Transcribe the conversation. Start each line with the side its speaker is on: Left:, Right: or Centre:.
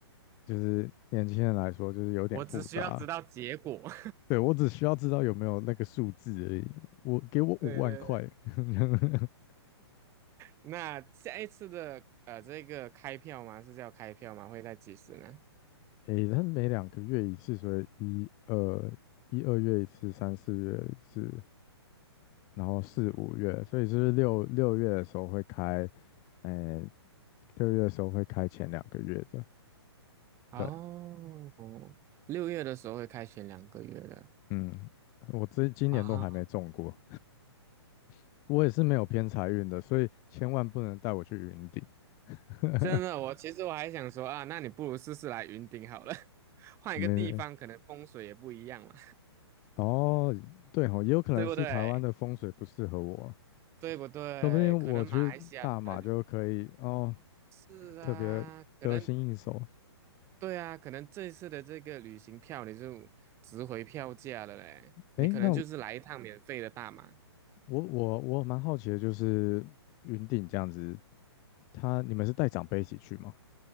Left: 就是年轻人来说，就是有点复杂。
Right: 我只需要知道结果。
Left: 对，我只需要知道有没有那个数字而已。我给我五万块，
Right: <laughs> 对对对。
Left: <laughs>
Right: 那下一次的呃，这个开票吗？是叫开票吗？会在几时呢？
Left: 诶，他每两个月一次，所以一二一二月一次，三四月一次，然后四五月，所以是六六月的时候会开，诶，六月的时候会开前两个月的。
Right: 哦，
Left: 对，
Right: 六月的时候会开选两个月的。
Left: 嗯，我这今年都还没中过，
Right: 啊，
Left: <laughs> 我也是没有偏财运的，所以千万不能带我去云顶。<laughs>
Right: 真的，我其实我还想说啊，那你不如试试来云顶好了，<laughs> 换一个地方，
Left: 没
Right: 可能风水也不一样嘛，
Left: 哦，对哦，也有可能是台湾的风水不适合我，
Right: 对不对？对不对？
Left: 说不定我去大马就可以哦，
Right: 可能马来西亚的就是啊，
Left: 特别得心应手。
Right: 可能对啊，可能这一次的这个旅行票你就值回票价了嘞，你可能就是来一趟免费的大马。
Left: 诶，那我我我蛮好奇的，就是云顶这样子，他你们是带长辈一起去吗？